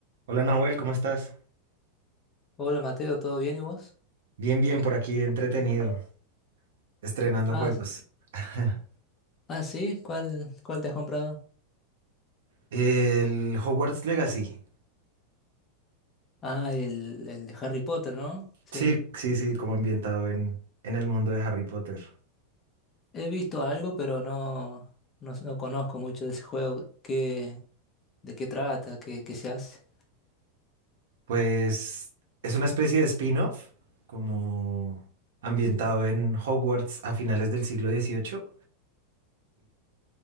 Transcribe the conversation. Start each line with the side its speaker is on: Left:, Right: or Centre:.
Right: Hola Nahuel, ¿cómo estás?
Left: Hola Mateo, ¿todo bien y vos?
Right: Bien, bien,
Left: ¿Qué?
Right: por aquí, entretenido, estrenando
Left: Ah,
Right: juegos.
Left: s-
Right: <laughs>
Left: ah, sí, ¿cuál, cuál te has comprado?
Right: El Hogwarts Legacy.
Left: Ah, el, el de Harry Potter, ¿no? Sí.
Right: Sí, sí, sí, como ambientado en, en el mundo de Harry Potter.
Left: He visto algo, pero no, no, s- no conozco mucho de ese juego. ¿Qué, de qué trata? ¿Qué, qué se hace?
Right: Pues es una especie de spin-off, como ambientado en Hogwarts a finales del siglo XVIII.